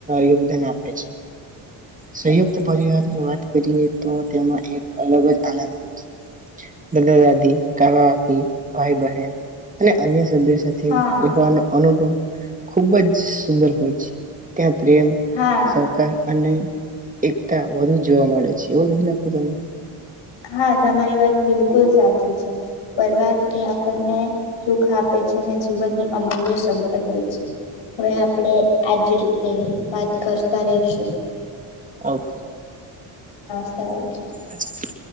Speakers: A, on the right; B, on the left.
A: યોગદાન આપે છે સંયુક્ત પરિવારની વાત કરીએ તો તેમાં એક અલગ જ આનંદ હોય છે દાદા દાદી કાકા કાકી ભાઈ બહેન અને અન્ય તેમની સાથે
B: હા
A: રહેવાનો અનુભવ ખુબ જ સુંદર હોય છે ત્યાં પ્રેમ
B: હા
A: સહકાર અને એકતા વધુ જોવા મળે છે એવું નથી લખતું તમને.
B: હા તમારી વાત બિલકુલ સાચી છે પરીવાર એ આપણને સુખ આપે છે અને જીવનની અમૂલ્ય સંપત્તિ છે હવે આપણે આજ રીતે વાત કરતા રહેશું.
A: ઓકે.
B: સારું છે
A: અચ્છા. <inaudible>